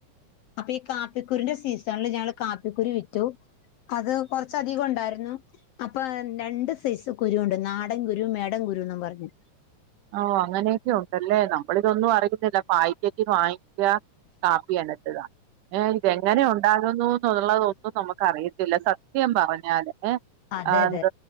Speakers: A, on the left; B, on the right.
A: അപ്പ ഈ കാപ്പിക്കുരൂന്റെ സീസണ്ല് ഞങ്ങള് കാപ്പിക്കുരു വിറ്റു അത് കൊറച്ചധികം ണ്ടായിരുന്നു അപ്പ രണ്ട് സൈസ് കുരു ഉണ്ട് നാടൻ കുരു മേഡൻ കുരു ന്നും പറഞ്
B: ഓ അങ്ങനെയൊക്കെ ഉണ്ടല്ലേ നമ്മളിതൊന്നും അറിയുന്നില്ല പായ്കറ്റ് വാ ക്ക കാപ്പി <unintelligible> ഏ ഇതെങ്ങനെ ഉണ്ടാകുന്നു ന്നുള്ളതൊന്നും നമ്മക്കറിയി ഇല്ല സത്യം പറഞ്ഞാല് ഹ്
A: അതെ
B: എന്ത
A: അതെ